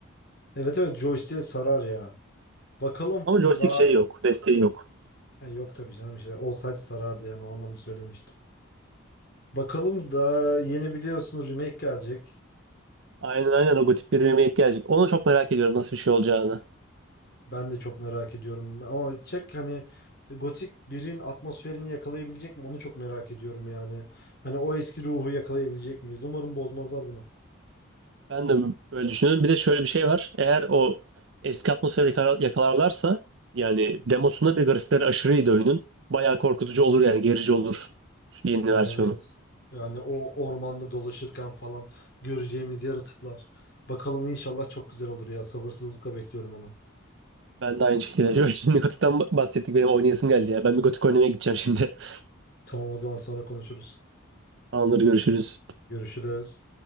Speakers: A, on the left; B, on the right.
A: Evet evet joystick'e sarar ya. Bakalım
B: Ama joystick
A: daha
B: şeyi yok. Desteği yok.
A: E, yok tabii canım işte olsaydı sarardı yani o anlamda söylemiştim. Bakalım daha yeni biliyorsunuz remake gelecek.
B: Aynen aynen o gotik bir remake gelecek. Onu çok merak ediyorum nasıl bir şey olacağını.
A: Ben de çok merak ediyorum ama çek hani Gothic birin atmosferini yakalayabilecek mi onu çok merak ediyorum yani. Hani o eski ruhu yakalayabilecek miyiz? Umarım bozmazlar bunu.
B: Ben de böyle düşünüyorum. Bir de şöyle bir şey var. Eğer o eski atmosferi yakala- yakalarlarsa yani demosunda bir grafikleri aşırıydı oyunun. Bayağı korkutucu olur yani gerici olur şu yeni
A: Ee,
B: versiyonu.
A: Evet. Yani o ormanda dolaşırken falan göreceğimiz yaratıklar. Bakalım inşallah çok güzel olur ya. Sabırsızlıkla bekliyorum onu.
B: Ben de aynı şekilde. <laughs> Şimdi Gotik'ten bahsettik benim oynayasım geldi ya. Ben bir Gotik oynamaya gideceğim şimdi. <laughs>
A: Tamam o zaman sonra konuşuruz.
B: Tamamdır görüşürüz.
A: Görüşürüz.